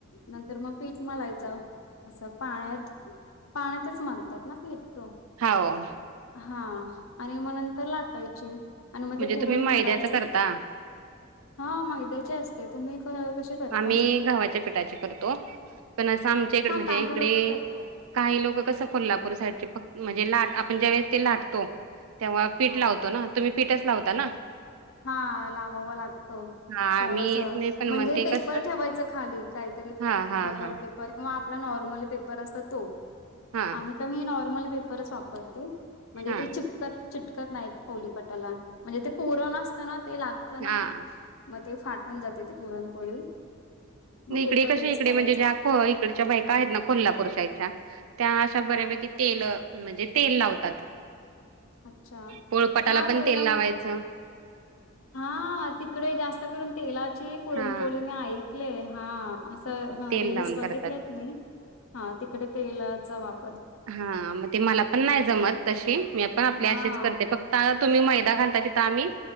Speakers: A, on the left; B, on the right.
A: नंतर मग पीठ मलायचं असं पाण्यात पाण्यात तेच मलतात ना पीर तो
B: होा
A: हा आणि मग नंतर लाटायचे आणि मग
B: म्हणजे
A: ते पुरण
B: तुम्ही मैद्याच
A: भारायचं
B: करता
A: हा मैद्याची असते तुम्ही कसे करता
B: आम्ही गावाच्या पिठाचे करतो पण असं आमच्या इकडे
A: हा
B: म्हणजे
A: काही
B: इकडे
A: लोक करतात
B: काही लोक कसं कोल्हापूर साईडचे फक्त म्हणजे लाट आपण ज्यावेेळेस ते लाटतो तेव्हा पीठ
A: हा
B: लावतो ना तुम्ही पीठच लावता ना
A: हा लावावा लागतो
B: हा
A: थोडस
B: मी मी पण
A: म्हणजे
B: म्हणते
A: पे
B: कसं
A: पर ठेवायच खाली काहीतरी
B: हा हा
A: बटर
B: हा
A: पेपर किंवा आपला नॉर्मल पेपर असत तो
B: हा
A: आम्ही का म नॉर्मल पेपर वापरते म्हणजे
B: हा
A: ते चिटकत नाहीत पौलीपटाला म्हणजे ते पुरण असतं ना ते लागतं ना
B: हा
A: मग ते फाटून जाते ती पुरणपोळी मग
B: इकडे
A: पेपर
B: कसे
A: युज
B: इकडे
A: करायचा
B: म्हणजे ज्या इकडच्या बायका आहेत ना कोल्हापूर शाच्या त्या अशा
A: हा
B: बऱ्यापैकी तेल म्हणजे तेल लावतात
A: अच्छा
B: पोळपटाला
A: हा
B: पण
A: तेला
B: तेल लावायचं
A: हा तिकडे जास्त करून तेलाची पुरणपोळी
B: हा
A: मी आहे हा अस
B: तेल
A: रेल्स
B: लावून
A: बघितलेत
B: करतात
A: मी हा तिकडे तेलाचा वाप
B: हा मग ते मला पण नाही जमत तशी मी पण आपल्या
A: हा
B: अशीच करते फक्त तुम्ही मैदा घालता तिथं आम्ही